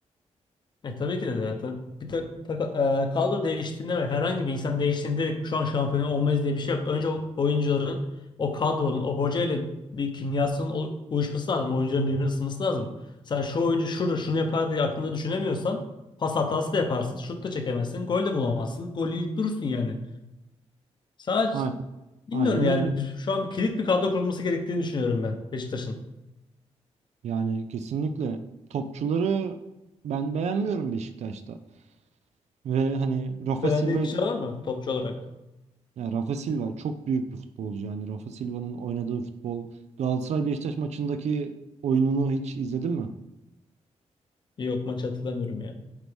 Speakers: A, on the left (about 40°); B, on the right (about 75°).
A: e, tabii ki de zaten bir tak, tak- e, kadro değiştiğinde ve herhangi bir insan değiştiğinde direkt şu an şampiyon olmayız diye bir şey yok. Önce o oyuncuların o kadronun o hoca ile bir kimyasının o- uyuşması lazım. Oyuncuların birbirini ısınması lazım. Sen şu oyuncu şurada şunu yapar diye aklında düşünemiyorsan pas hatası da yaparsın. Şut da çekemezsin. Gol de bulamazsın. Golü yiyip durursun yani. Sadece
B: Aynen.
A: Bilmiyorum
B: Aynen
A: yani
B: öyle.
A: Bir- şu an kilit bir kadro kurulması gerektiğini düşünüyorum ben Beşiktaş'ın.
B: Yani kesinlikle topçuları ben beğenmiyorum Beşiktaş'ta. Ve hani Rafa
A: Beğendiğin
B: Silva'yı
A: kişi var mı topçu olarak?
B: Ya Rafa Silva çok büyük bir futbolcu yani. Rafa Silva'nın oynadığı futbol Galatasaray Beşiktaş maçındaki oyununu hiç izledin mi?
A: Yok maç hatırlamıyorum ya